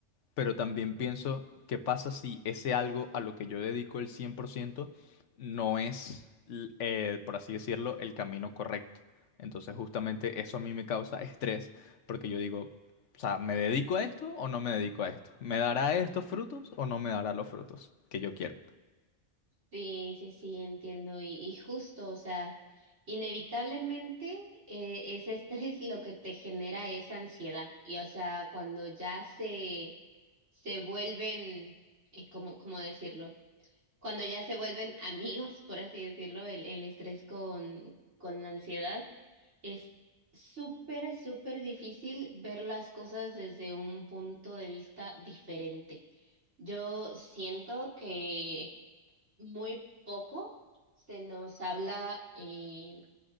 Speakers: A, on the left (about 65°); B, on the right (about 60°).
A: pero también pienso, ¿qué pasa si ese algo a lo que yo dedico el 100% no es, l- eh, por así decirlo, el camino correcto? Entonces justamente eso a mí me causa estrés, porque yo digo, o sea, ¿me dedico a esto o no me dedico a esto? ¿Me dará estos frutos o no me dará los frutos que yo quiero?
B: Sí, sí, sí, entiendo. Y, y justo, o sea, inevitablemente eh, ese <laughs> estrés lo que te genera es ansiedad. Y o sea, cuando ya se, se vuelven, eh, ¿cómo, cómo decirlo? Cuando ya se vuelven <laughs> amigos, por así decirlo, el, el estrés con, con la ansiedad, es súper, súper difícil ver las cosas desde un punto de vista diferente. Yo siento que muy poco se nos habla eh,